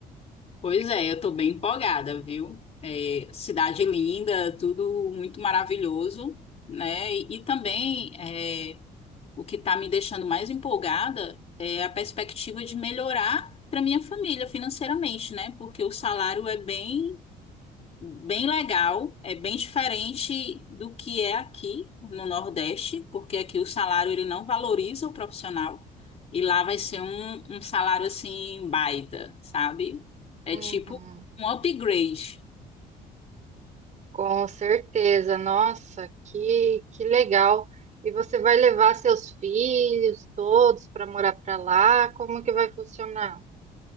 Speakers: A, on the left; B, on the right.
A: Pois é, eu tô bem empolgada, viu? É, cidade linda, tudo muito maravilhoso, né? E, e também é, o que tá me deixando mais empolgada é a perspectiva de melhorar para minha família financeiramente, né? Porque o salário é bem bem legal, é bem diferente do que é aqui no Nordeste, porque aqui o salário ele não valoriza o profissional e lá vai ser um, um salário assim baita, sabe? É
B: Uhum.
A: tipo um upgrade.
B: Com certeza, nossa, que, que legal. E você vai levar seus filhos todos para morar para lá? Como que vai funcionar?